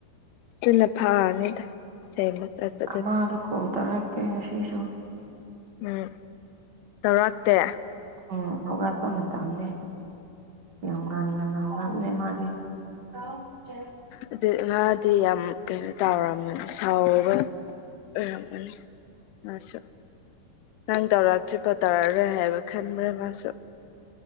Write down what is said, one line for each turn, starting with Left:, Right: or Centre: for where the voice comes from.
Left: ꯑꯗꯨꯅ ꯐꯥꯅꯤꯗ꯫ <unintelligible>
Right: ꯑꯃꯗꯨ ꯀꯧꯊꯔꯛꯀꯦ ꯉꯁꯤꯁꯨ꯫
Left: ꯎꯝ ꯇꯧꯔꯛꯇꯦ꯫
Right: ꯎꯝ ꯍꯧꯒꯠꯄ ꯃꯇꯝꯅꯦ ꯌꯥꯝ ꯉꯥꯟ ꯉꯟꯅ ꯍꯧꯒꯠꯅꯦ ꯃꯥꯗꯤ꯫ ꯀꯥꯎꯇꯦ꯫
Left: ꯑꯗꯨ ꯃꯥꯗꯤ ꯌꯥꯝ ꯀꯩꯅꯣ ꯇꯧꯔꯝꯒꯅꯤ꯫ ꯁꯥꯎꯕ ꯑꯣꯏꯔꯝꯒꯅꯤ ꯃꯥꯁꯨ꯫ ꯅꯪ ꯇꯧꯔꯛꯇ꯭ꯔꯤ ꯐꯥꯎ ꯇꯧꯔꯛꯑꯔꯣꯏ ꯍꯥꯏꯕ ꯈꯟꯕ꯭ꯔꯅꯦ ꯃꯥꯁꯨ꯫